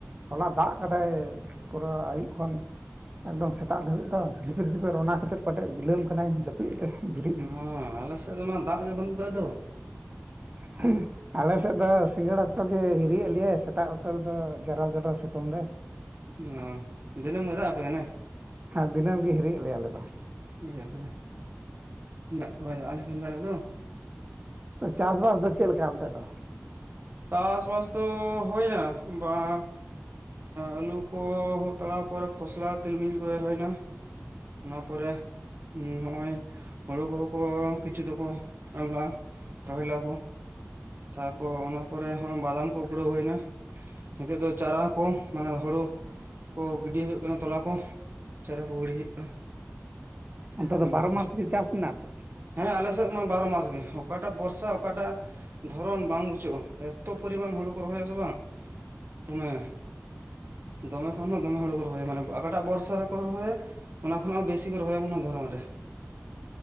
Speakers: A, on the right; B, on the right.
A: ᱦᱚᱞᱟ ᱫᱟᱜ ᱠᱟᱫᱟᱭ ᱯᱩᱨᱟᱹ ᱟᱹᱭᱩᱵ ᱠᱷᱚᱱ ᱮᱠᱫᱚᱢ ᱥᱮᱛᱟᱜ ᱫᱷᱟᱹᱵᱤᱡ ᱫᱚ, ᱡᱤᱵᱤᱨ ᱡᱤᱯᱤᱨ ᱚᱱᱟ ᱠᱷᱟᱹᱛᱤᱨ ᱯᱟᱴᱮᱜ ᱵᱤᱞᱟᱢ ᱠᱟᱱᱟᱭ ᱡᱟᱹ ᱢᱤᱫ ᱛᱟᱦᱟ ᱵᱤᱫᱼ
B: ᱱᱦᱚ ᱟᱞᱮ ᱥᱮᱫ ᱨᱮᱢᱟ ᱫᱟᱜ ᱜᱮ ᱵᱟᱹᱱᱩᱜ ᱟᱠᱟᱫ ᱫᱚ᱾
A: ᱦᱮᱸ᱾ ᱟᱞᱮ ᱥᱮᱫ ᱫᱚ ᱥᱤᱸᱜᱟᱹᱲ ᱚᱠᱛᱚ ᱜᱮ ᱦᱤᱨᱤᱭᱮᱜ ᱞᱮᱭᱮ ᱥᱮᱛᱟᱜ ᱚᱠᱛᱚ ᱨᱮᱫᱚ ᱡᱟᱨᱟᱞ-ᱡᱟᱨᱟᱞ ᱥᱤᱛᱩᱝ ᱨᱮ᱾
B: ᱚ ᱫᱤᱱᱟᱹᱢ ᱜᱮ ᱫᱟᱜ ᱟᱯᱮ ᱠᱟᱱᱟ᱾
A: ᱦᱟ ᱫᱤᱱᱟᱹᱢ ᱜᱤ ᱦᱤᱨᱤᱭᱮᱜ ᱞᱮᱭᱟ ᱟᱞᱮ ᱫᱚ᱾
B: ᱤᱭᱟᱹ ᱯᱚᱨᱮ ᱫᱟᱜ ᱠᱚ ᱵᱟᱭ ᱫᱟᱜ ᱟᱞᱮ ᱠᱟᱱ ᱫᱚ ᱟᱞᱮ ᱫᱚ᱾
A: ᱛᱚ ᱪᱟᱥᱵᱟᱥ ᱫᱚ ᱪᱮᱜ ᱞᱮᱠᱟ ᱚᱱᱛᱮ ᱫᱚ?
B: ᱪᱟᱥᱵᱟᱥ ᱫᱚ ᱦᱩᱭᱱᱟ ᱵᱟ- ᱟᱹᱞᱩ ᱠᱚ ᱦᱚ ᱛᱟᱲᱟ ᱯᱚᱨᱮ ᱠᱷᱚᱥᱞᱟ ᱛᱤᱞᱢᱤᱧ ᱠᱚ ᱮᱨ ᱦᱳᱭᱱᱟ᱾ ᱚᱱᱟ ᱯᱚᱨᱮ- ᱱᱚᱜᱼᱚᱭ ᱦᱳᱲᱳ ᱠᱚᱦᱚᱸ ᱠᱚ ᱠᱤᱪᱷᱩ ᱫᱚᱠᱚ ᱮᱢ ᱞᱟᱜᱼᱟ ᱨᱚᱦᱚᱭ ᱞᱟᱜᱼᱟ ᱠᱚ᱾ ᱛᱟᱯᱚᱨ ᱚᱱᱟ ᱯᱚᱨᱮ ᱦᱚᱸ ᱵᱟᱫᱟᱢ ᱠᱚ ᱩᱯᱲᱟᱹᱣ ᱦᱩᱭᱱᱟ ᱱᱤᱛᱚᱜ ᱫᱚ ᱪᱟᱨᱟ ᱠᱚ ᱢᱟᱱᱮ ᱦᱳᱲᱳ᱾ ᱠᱚ ᱜᱤᱰᱤ ᱦᱩᱭᱩᱜ ᱠᱟᱱᱟ ᱛᱚᱞᱟ ᱠᱚ᱾ ᱪᱟᱨᱟ ᱠᱚ ᱜᱤᱰᱤ ᱦᱩᱭᱩᱜ ᱠᱟᱱᱟ
A: ᱚᱱᱛᱮ
B: ᱚᱱᱠᱟᱱ
A: ᱫᱚ ᱵᱟᱨᱚ
B: ᱵᱮᱯᱟᱨ᱾
A: ᱢᱟᱥ ᱜᱮ ᱪᱟᱥ ᱢᱮᱱᱟᱜ ᱟᱥᱮ
B: ᱦᱮᱸ ᱟᱞᱮ ᱥᱮᱜ ᱢᱟ ᱵᱟᱨᱚ ᱢᱟᱥ ᱜᱮ ᱚᱠᱟᱴᱟᱜ ᱵᱚᱨᱥᱟ ᱚᱠᱟᱴᱟᱜ- ᱫᱷᱚᱨᱚᱱ ᱵᱟᱝ ᱵᱩᱪᱩᱜᱼᱟ ᱮᱛᱚ ᱯᱚᱨᱤᱢᱟᱱ ᱦᱳᱲᱳ ᱠᱚ ᱨᱚᱦᱚᱭᱟ ᱥᱮ ᱵᱟᱝ ᱫᱚᱢᱮ᱾ ᱫᱚᱢᱮ ᱠᱷᱚᱱ ᱫᱚᱢᱮ ᱦᱳᱲᱳ ᱠᱚ ᱨᱚᱦᱚᱭᱟ ᱢᱟᱱᱮ ᱟᱠᱟᱴᱟᱜ ᱵᱚᱨᱥᱟ ᱨᱮᱠᱚ ᱨᱚᱦᱚᱭᱟ- ᱚᱱᱟ ᱠᱷᱚᱱᱟᱜ ᱦᱚᱸ ᱵᱮᱥᱤ ᱠᱚ ᱨᱚᱦᱚᱭᱟ ᱚᱱᱟ ᱫᱷᱚᱨᱚᱱ ᱨᱮ᱾